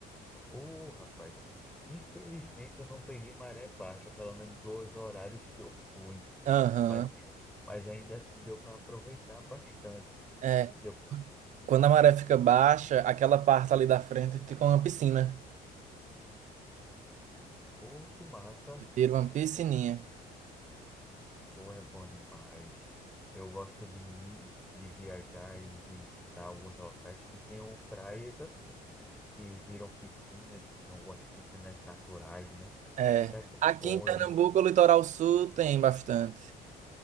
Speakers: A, in the centre; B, on the right.
A: Uh, rapaz, infelizmente eu não peguei maré baixa, pelo menos os horários que eu fui.
B: Aham,
A: Mas, mas ainda assim deu para aproveitar bastante.
B: é.
A: Deu para,
B: Quando a maré fica baixa, aquela parte ali da frente fica uma piscina.
A: pô, que massa,
B: Vira uma piscininha.
A: pô, é bom demais. Eu gosto de ir, de viajar e visitar alguns locais que tenham praias assim que viram piscinas, tem algumas piscinas naturais, né?
B: É.
A: E aqui um
B: Aqui
A: bonde.
B: em Pernambuco, o litoral sul tem bastante.